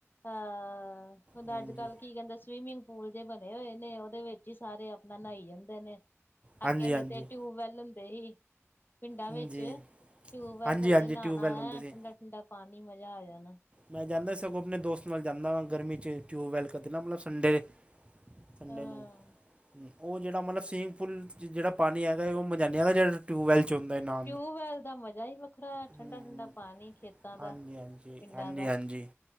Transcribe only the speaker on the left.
ਅਹ ਹੁਣ
ਅੱਜ -ਕੱਲ ਕੀ ਕਹਿੰਦੇ ਸਵੀਮਿੰਗ ਪੂਲ ਜੇ ਬਣੇ ਹੋਏ ਨੇ ਉਹਦੇ ਵਿੱਚ ਈ ਸਾਰੇ ਨਹਾਈ ਜਾਂਦੇ ਨੇ,
ਅੱਗੇ ਨੀ
ਤੇ ਟਿਊਬਵੈਲ ਹੁੰਦੇ ਹੀ ਪਿੰਡਾਂ
ਵਿੱਚ, ਟਿਊਬਵੈਲ
ਥੱਲੇ
ਨਹਾਉਣਾ,
ਏ
ਠੰਡਾ- ਠੰਡਾ ਪਾਣੀ ਮਜ਼ਾ ਆ ਜਾਣਾ।
ਹਾਂ
ਟਿਊਬਵੈਲ ਦਾ ਮਜ਼ਾ ਈ ਵੱਖਰਾ ਐ, ਠੰਡਾ-
ਠੰਡਾ ਪਾਣੀ ਖੇਤ
ਪਿੰਡਾਂ
ਦਾ